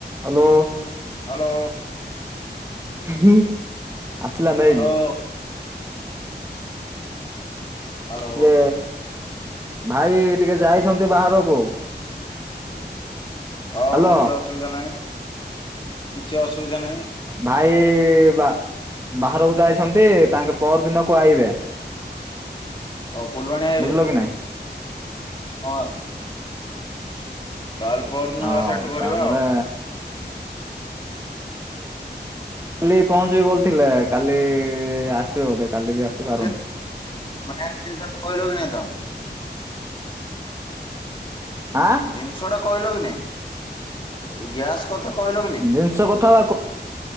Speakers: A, on the right; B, on the left.
A: Hello ହଁ
B: hello
A: ଆସିଲା ନାଇଁ
B: ହ୍ୟାଲୋ
A: କି
B: ହ୍ୟାଲୋ
A: ଇଏ ଭାଇ ଟିକେ ଯାଇଛନ୍ତି ବାହାରକୁ।
B: ଆଉ
A: ହ୍ୟାଲୋ
B: କିଛି ଅସୁବିଧା ନାହିଁ। କିଛି ଅସୁବିଧା ନାହିଁ
A: ଭାଇ ବା ବାହାର ଯାଇଛନ୍ତି ତାଙ୍କେ ପଅରଦିନ। କୁ ଆଇବେ
B: ହ ଫୁଲବାଣୀ ଆଇବେ
A: ବୁଝିଲ କି ନାଇଁ
B: ହଁ ତାହେଲେ ପଅର ଦିନ
A: ଆଉ
B: ହେ ସେଟ୍ କରିବା
A: ତାପରେ
B: ଆଉ
A: କାଲି ପହଞ୍ଚିବେ ବୋଲି ଥିଲା କାଲି ଆସିବେ ବୋଧେ କାଲି ବି ଆସିପାରନ୍ତି
B: ଯେ ମାନେ ଜିନିଷ ଟା କଇଲ କି ନାଇଥ
A: ଆଁ
B: ଜିନିଷ ଟା କହି ଲ କି ନାଇଁ ଗ୍ୟାସ୍ କଥା। କହିଲ କି ନାଇଁ
A: ଜିନିଷ କଥା କହିଲ